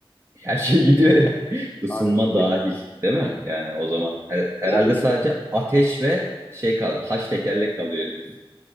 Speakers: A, on the right (about 30°); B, on the left (about 20°).
A: Her şey gidiyor ya. <laughs> Isınma
B: Aynen.
A: dahil,
B: E,
A: değil mi? Yani o zaman her- herhalde
B: onu düşündüm.
A: sadece ateş ve şey kaldı. Taş tekerlek kalıyor elimizde.